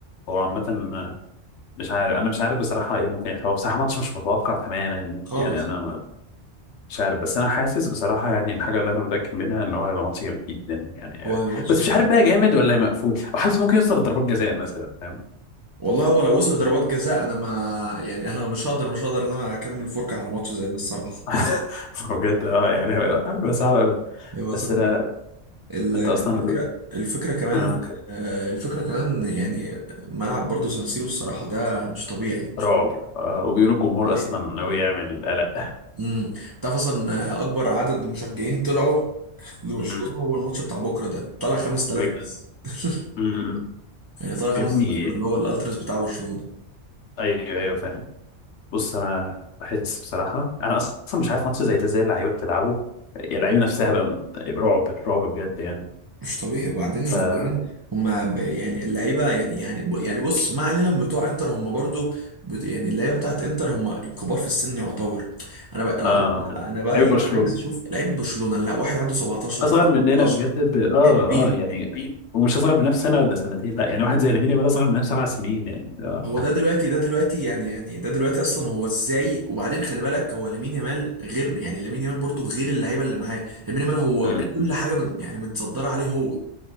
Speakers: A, on the left; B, on the right.
A: هو عامه مش عارف انا مش عارف بصراحه ايه ممكن يحصل هو بصراحه ماتش مش متوقع تماما
B: خالص
A: يعني انا مش عارف بس انا حاسس بصراحه يعني الحاجه اللي انا متاكد منها ان هو هيبقى ماتش جامد جدا يعني
B: هو هيبقى ماتش
A: بس
B: خطير
A: مش عارف بقى جامد ولا مقفول وحاسس ممكن يوصل لضربات جزاء مثلا فاهم
B: والله هو لو وصل ضربات جزاء انا ما يعني انا مش هقدر مش هقدر ان انا اكمل فرجه على ماتش زي ده الصراحه
A: <laughs> بجد اه يعني هو- هيبقى صعب قوي
B: <laughs> هو
A: بس
B: صعب
A: لا
B: جدا.
A: لا
B: ال-
A: انت
B: الفكره
A: اصلا
B: الفكره كمان
A: آه،
B: آه، الفكره كمان يعني ملعب برضو سانسيرو الصراحه ده مش طبيعي
A: رعب آه، وبيقولوا الجمهور
B: طبيعي
A: اصلا ناوي يعمل قلق
B: امم تعرف اصلا آه، اكبر عدد مشجعين طلعوا <laughs> لبرشلونه
A: مم.
B: هو الماتش بتاع بكره ده طلع 5000
A: بجد.
B: بس <laughs>
A: مم.
B: يعني طلع 5000
A: يا ابني
B: اللي هو الالتراس بتاع برشلونه
A: ايوه ايوه فاهم بص انا بحس بصراحه انا اصلا مش عارف ماتش زي ده زي اللعيبه بتلعبه يعني اللعيبه نفسها بقى رعب رعب بجد يعني
B: مش طبيعي وبعدين
A: ف شوية
B: وبعدين هما ب- يعني اللعيبه يعني يعني ب- يعني بص ما علينا من بتوع انتر هما برضو بت يعني اللعيبه بتاعت انتر هما كبار في السن يعتبر انا بقى انا
A: اه
B: انا بقى
A: لعيبه
B: ايه
A: برشلونه
B: عايز اشوف لعيبه برشلونه لا واحد عنده 17
A: اصغر مننا
B: 18
A: بجد ب... اه
B: 20
A: اه يعني ومش اصغر مننا بسنه ولا سنتين لا يعني واحد زي لامين يامال اصغر مننا بسبع سنين يعني آه.
B: هو ده دلوقتي ده دلوقتي يعني يعني ده دلوقتي اصلا هو ازاي وبعدين خلي بالك هو لامين يامال غير يعني لامين يامال برضو غير اللعيبه اللي معاه لامين يامال هو
A: أمم.
B: كل حاجه من يعني متصدره عليه هو